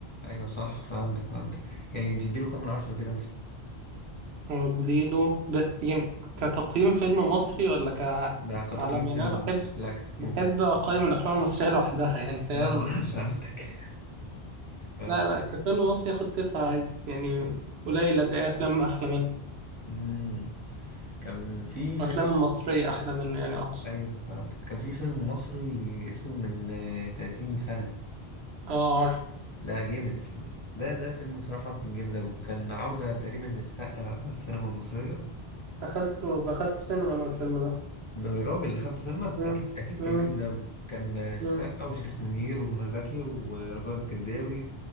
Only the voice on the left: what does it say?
ايوه صح فهمتك فهمتك يعني تديله كام من عشرة كده مثلا
لا كتقييم فيلم
على مصر لا كتقييم
فيلم مصر
اه <laughs> فهمتك آه.
مم. كان في فيلم
ايوه فهمتك كان في فيلم مصري اسمه من آه، 30 سنة
لا جامد الفيلم ده ده ده فيلم بصراحة كان جامد أوي كان عودة تقريبا للسقا على السينما المصرية
ده الراجل اللي دخلته سينما
أكيد أكيد كان
جامد أوي كان آه، السقا
وشريف منير ومنى زكي ورجاء الجداوي